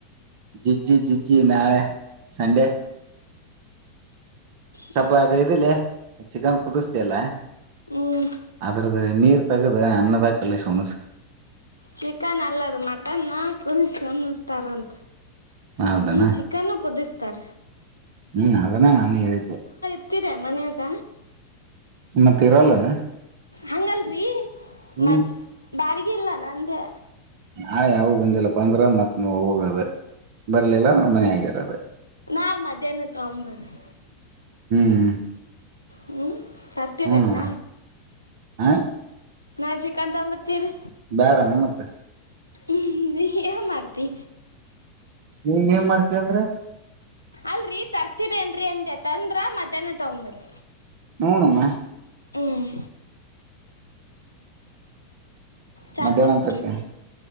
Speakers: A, on the right; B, on the left.
A: ಜಿ ಜಿ ಜಿ ಜಿ ನಾಳೆ ಸಂಡೆ ಸ್ವಲ್ಪ
B: ಹ್ಮ್
A: ಅದ ಇಿಲ್ಲ ಚಿಕನ್ ಕುದಸ್ತ ಅಲ್ಲಾ
B: ಹ್ಮ್
A: ಆಗ್ರ ಅ ನೀರ್ ತಗದು ಅನ್ನದಾಕಲ್ಲ ಶ ಹಣಸ
B: ಚಿಕನ್ ಅಲ್ಲದು ಮಟನ್ ಕುದಸನ್ನ್ತಾರಂತ
A: ಹೌದನಾ
B: ಹ್ಮ್ ಚಿಕಾನಕ್ಕೂದ ಉತ್ತ
A: ಹ್ಮ್ ಅದನ್ನ ನಾನು ಹೇಳಿದ್ದೆ
B: ಕತರ ಮನೆಯಗ
A: ಮತ್ತೆ ಇರಲ್ಲಾನ
B: ಹಂಗಲ್ರಿ
A: ಹ್ಮ್
B: ಮ ಬಾಡಿಗೆ ಇಿಲ್ಲ ನನ್ನೇ
A: ನಾಳೆ ಯಾವ ಬಂದಿಲ್ಲ ಬಂದ್ರ ಮತ್ ನ ಹೋಗದ ಬರಲಿಲ್ಲ ನರ್ಮನೆ ಆಗಿರದು
B: ನಾ ಮಧ್ಯಾಹ್ನ ತಗೊಂಬ ಬನ್ನಿ
A: ಹ್ಮ್
B: ಹ್ಮ್ ತರ್ತೀರನ್ನ
A: ಹೂನವ ಹ
B: ನಾನ್ ಚಿಕನ್ ತಂಬರ್ತೀರಿ
A: ಬೇಡಣ ಮತ್ತೆ
B: ಇ ಮಾಡತಿ
A: ನೀ ಏನ್ ಮಾಡ್ತಂದ್ರೆ
B: ಅಲ್ರರಿ ತರ್ತಿರೇನ್ರರಿ ಅಂತೆತಂದ್ರ ಮಧ್ಯಾಹ್ನ ತಗೊಂಬ್ರಿ
A: ಹೂನುಮ್ಮ
B: ಹ್ಮ್ ಚಾ
A: ಮಧ್ಯಾಹ್ನ
B: ಕುಡುದ್ರಿ
A: ಅಂತತೆ